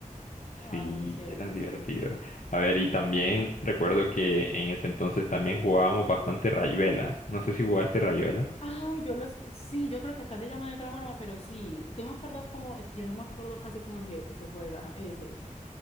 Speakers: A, on the left; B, on the left.
A: Ah,
B: Sí,
A: muy chévere,
B: era
A: muy
B: divertido.
A: chévere.
B: A ver, y también recuerdo que en ese entonces también jugábamos bastante Rayuela. No sé si jugaste Rayuela.
A: Ay, yo lo escuché. Sí, yo creo que acá se llama de otra forma, pero sí. ¿Tú me acuerdas cómo? Es que yo no me acuerdo casi cómo se, se juega ese.